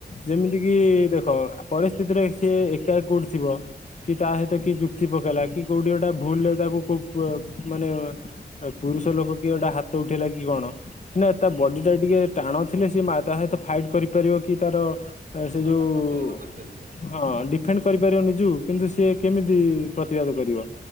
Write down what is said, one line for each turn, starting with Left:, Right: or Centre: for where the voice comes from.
Left: ଯେମିତି କିି ଦେଖ ପରିସ୍ଥିତିରେ ସିଏ ଏକା କୋଡି ଥିବ କି ତା ସହିତ କି ଯୁକ୍ତି ପକେଇଲା କି କୋଉଠି ଗୋଟେ ଭୁଲରେ ତାକୁ କୋ ମାନେ ପୁରୁଷ ଲୋକ କି ଏଟା ହାତ ଉଠେଇଲା କି କଣ? ସନା ତା ବଡି ଟା ଟିକେ ଟାଣ ଥିଲେ ସେ ତା ସହିତ ଫାଇଟ କରିପାରିବ କି ତାର ଏ ସେ
Right: ହଁ
Left: ଯୋଉ
Right: ତା ପ୍ରତିବାଦ କରିପାରିବ
Left: ହଁ ଡିଫେଣ୍ଡ କରିପାରିବ ନିଜୁ କିନ୍ତୁ ସିଏ କେମିତି ପ୍ରତିବାଦ କରିବ।